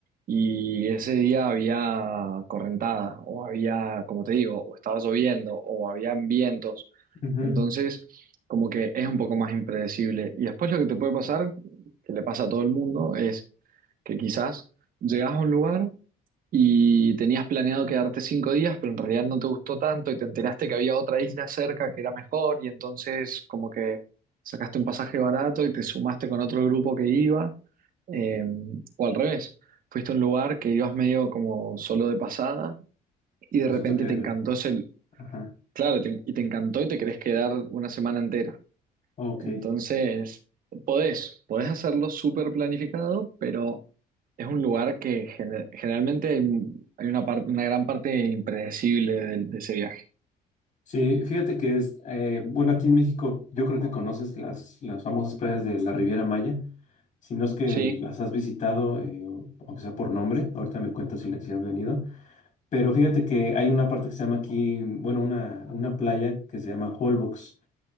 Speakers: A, on the right; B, on the left.
A: y ese día había correntada, o había, como te digo, o estaba lloviendo, o habían vientos.
B: ujú,
A: Entonces, como que es un poco más impredecible. Y después lo que te puede pasar, que le pasa a todo el mundo, es que quizás llegas a un lugar y tenías planeado quedarte cinco días, pero en realidad no te gustó tanto y te enteraste que había otra isla cerca que era mejor y entonces como que sacaste un pasaje barato y te sumaste con otro grupo que iba, eh, o al revés, fuiste a un lugar que ibas medio como solo de pasada y de
B: Resulta
A: repente
B: que...
A: te encantó ese,
B: Ajá,
A: claro, te- y te encantó y te querés quedar una semana entera.
B: ok.
A: Entonces, podés, podés hacerlo súper planificado, pero es un lugar que gener- generalmente hay, hay una parte, una gran parte impredecible del- de, ese viaje.
B: Sí, fíjate que es, eh, bueno, aquí en México yo creo que conoces las, las famosas playas de la Riviera Maya, si no es que
A: Sí,
B: las has visitado, eh, o- aunque sea por nombre, ahorita me cuentas si, le- si has venido, pero fíjate que hay una parte que se llama aquí, bueno, una, una playa que se llama Holbox,